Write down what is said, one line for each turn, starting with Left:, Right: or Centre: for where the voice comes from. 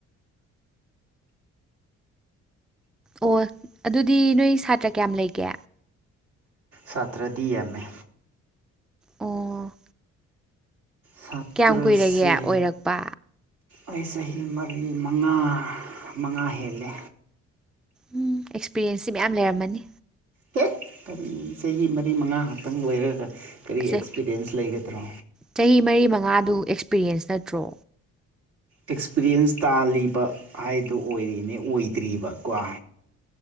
Centre: ꯑꯣ ꯑꯗꯨꯗꯤ ꯅꯣꯏ ꯁꯥꯇ꯭ꯔ ꯀꯌꯥꯝ ꯂꯩꯒꯦ
Right: ꯁꯥꯇ꯭ꯔꯗꯤ ꯌꯥꯝꯃ‌ꯦ꯫
Centre: ꯑꯣ꯫
Right: ꯁꯠꯇ꯭ꯔꯁꯦ꯫
Centre: ꯀꯌꯥꯝ ꯀꯨꯏꯔꯒꯦ ꯑꯣꯏꯔꯛꯄ
Right: ꯑꯩ ꯆꯍꯤ ꯃꯔꯤ ꯃꯉꯥ ꯃꯉꯥ ꯍꯦꯜꯂꯦ꯫
Centre: ꯎꯝ ꯑꯦꯛꯁꯄꯤꯔ‌ꯦꯟꯁꯇꯤ ꯃꯌꯥꯝ ꯂꯩꯔꯝꯃꯅꯤ꯫
Right: ꯍ‌ꯦ ꯀꯔꯤ ꯆꯍꯤ ꯃꯔꯤ ꯃꯉꯥ ꯈꯛꯇꯪ ꯑꯣꯏꯔꯒ ꯀꯔꯤ
Centre: ꯑꯁꯦ
Right: ꯑꯦꯛꯁꯄꯤꯔꯤꯌꯦꯟꯁ ꯂꯩꯒꯗ꯭ꯔꯣ꯫
Centre: ꯆꯍꯤ ꯃꯔꯤ ꯃꯉꯥꯗꯨ ꯑꯦꯛꯁꯄꯤꯔꯤꯌꯦꯟꯁ ꯅꯠꯇ꯭ꯔꯣ꯫
Right: ꯑꯦꯛꯁꯄꯤꯔꯤꯌꯦꯟꯁ ꯇꯥꯜꯂꯤꯕ ꯍꯥꯏꯗꯨ ꯑꯣꯏꯔꯤꯅꯦ ꯑꯣꯏꯗ꯭ꯔꯤꯕꯀꯣ꯫